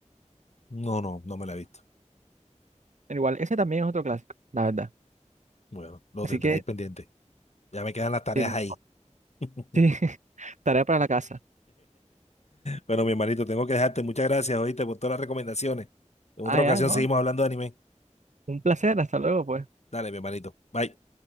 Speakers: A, on the left; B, on the right.
A: No, no, no me la he visto.
B: Pero igual, ese también es otro clásico, la verdad.
A: Bueno, lo
B: Así
A: tendré
B: que,
A: ahí pendiente. Ya me quedan las tareas
B: tipo,
A: ahí. <laughs>
B: <laughs> sí, tarea para la casa.
A: Bueno, mi hermanito, tengo que dejarte. Muchas gracias, oíste, por todas las recomendaciones. En otra
B: Ah, ya,
A: ocasión
B: ¿no?
A: seguimos hablando de anime.
B: Un placer, hasta luego, pues.
A: Dale, mi hermanito. Bye.